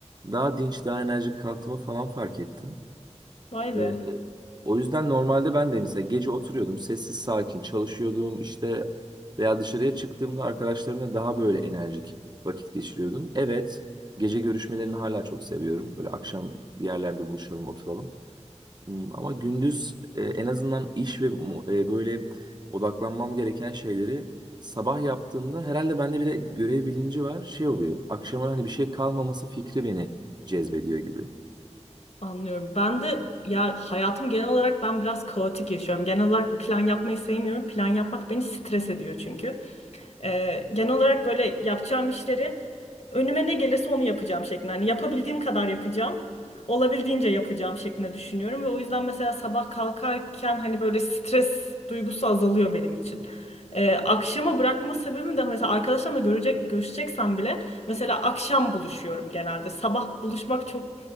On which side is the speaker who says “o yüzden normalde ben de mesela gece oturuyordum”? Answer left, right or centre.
Right